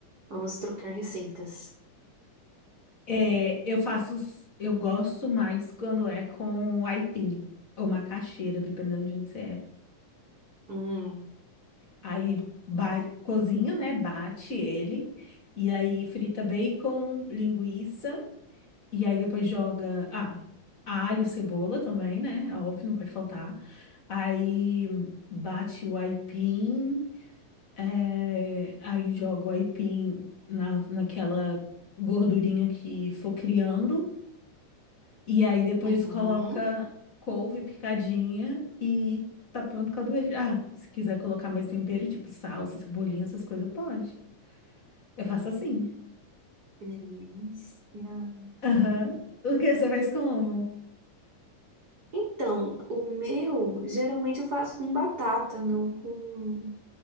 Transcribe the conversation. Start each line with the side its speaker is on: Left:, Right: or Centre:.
Right: vamos trocar receitas.
Left: É, eu faço, s- eu gosto mais quando é com aipim ou macaxeira, dependendo de onde você é.
Right: Hum.
Left: Aí ba- cozinha, né? Bate ele e aí frita bacon, linguiça e aí depois joga, ah, alho, cebola também, né? Óbvio, não pode faltar. Aí bate o aipim É, aí jogo aipim na, naquela gordurinha que for criando. E aí depois
Right: Uhum.
Left: coloca couve picadinha e tá pronto com a doença. Ah, se quiser colocar mais tempero, tipo salsa, cebolinha, essas coisas, pode. Eu faço assim.
Right: Que delícia.
Left: Aham. O que você faz como?
Right: Então, o meu, geralmente eu faço com batata, não com,